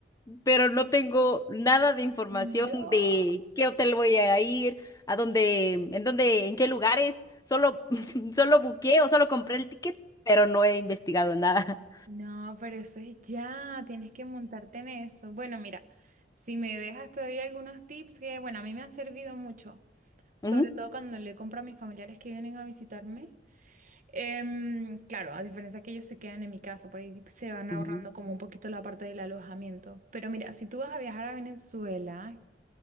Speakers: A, on the left; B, on the right.
A: pero no tengo nada de información
B: No.
A: de qué hotel voy a ir, a dónde, en dónde, en qué lugares. Solo, <laughs> solo buqué o solo compré el ticket, pero no he investigado nada.
B: No, pero eso es ya, tienes que montarte en eso. Bueno, mira, si me dejas te doy algunos tips que, bueno, a mí me han servido mucho, sobre
A: <laughs> Ujú,
B: todo cuando le compro a mis familiares que vienen a visitarme. Em, claro, a diferencia que ellos se quedan en mi casa, por ahí se van
A: ujú,
B: ahorrando como un poquito la parte del alojamiento. Pero mira, si tú vas a viajar a Venezuela,